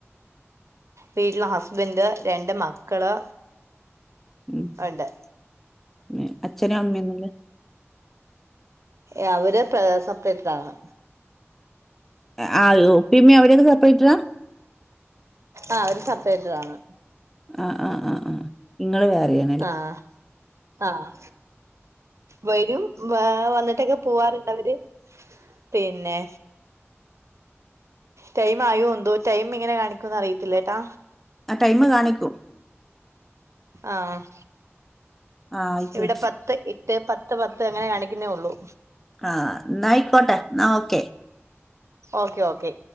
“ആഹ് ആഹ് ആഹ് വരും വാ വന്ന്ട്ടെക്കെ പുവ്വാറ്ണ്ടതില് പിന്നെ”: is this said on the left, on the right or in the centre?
Right